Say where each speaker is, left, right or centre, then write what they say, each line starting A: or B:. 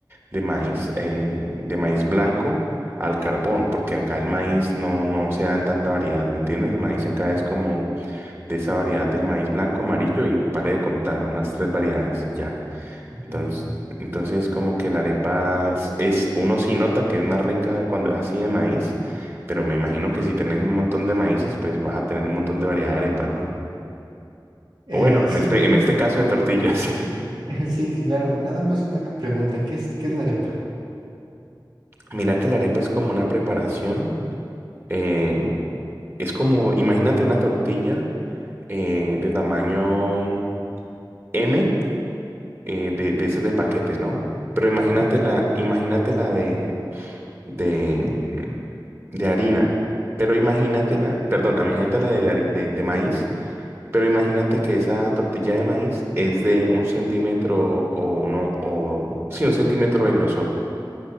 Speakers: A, on the right; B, on the right.
A: de maíz, eh, de maíz blanco al carbón, porque acá el maíz no, no se da en tanta variedad, ¿me entiendes? El maíz acá es como de esa variedad del maíz blanco, amarillo y pare de contar unas tres variedades y ya.
B: Entiendo,
A: Entonces,
B: entiendo.
A: entonces como que la arepa s- es, uno sí nota que es más rica cuando es así de maíz, pero me imagino que si tenés un montón de maíces, pues vas a tener un montón de variedad de arepas, ¿no?
B: Eh,
A: O bueno,
B: sí,
A: en este, en este caso de tortillas. <laughs>
B: <laughs> sí, sí, claro. Nada más una pregunta. ¿Qué es, qué es la arepa?
A: Mira que la arepa es como una preparación, eh, es como, imagínate una tortilla eh, de tamaño M, eh, de, de esas de paquete, ¿no? Pero imagínate
B: Ok.
A: la, imagínate la de, de, de harina. Pero imagínatela, perdón, imagínatela de, hari- de, de maíz, pero imagínate que esa tortilla de maíz es de un centímetro o uno, o sí, un centímetro de grosor.